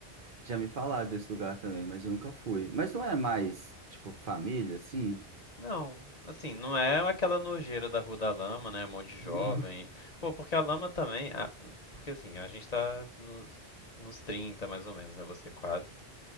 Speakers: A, on the right; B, on the left.
A: Já me falaram desse lugar também, mas eu nunca fui. Mas não é mais, tipo, família, assim?
B: Não, assim, não é aquela nojeira da Rua da Lama, né? Um monte de jovem.
A: <laughs>
B: Pô, porque a lama também. a- porque assim, a gente tá nos, nos 30 mais ou menos, né? Você quase.